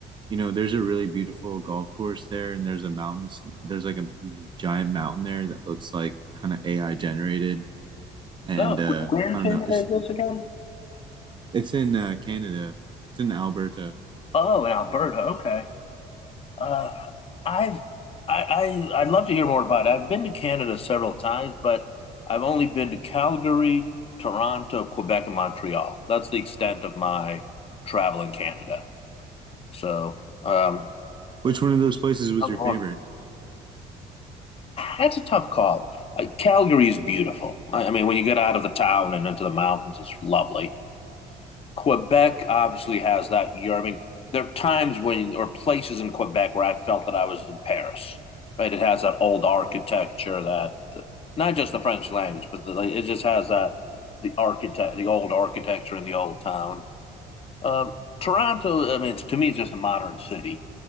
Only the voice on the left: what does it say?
No.
Where
in Canada
is this again?
Oh, in Alberta. Okay. Uh, I've I, I I'd love to hear more about it. I've been to Canada several times, but I've only been to Calgary, Toronto, Quebec, and Montreal. That's the extent of my travel in Canada. So um,
<sighs>
that's a tough call. Like Calgary is beautiful. I, I mean, when you get out of the town and into the mountains, it's lovely. Quebec obviously has that year. I mean, there are times when or places in Quebec where I felt that I was in Paris. Right, it has that old architecture that not just the French language, but the, it just has that the architect, the old architecture in the old town. Um, Toronto, I mean, it's, to me, it's just a modern city,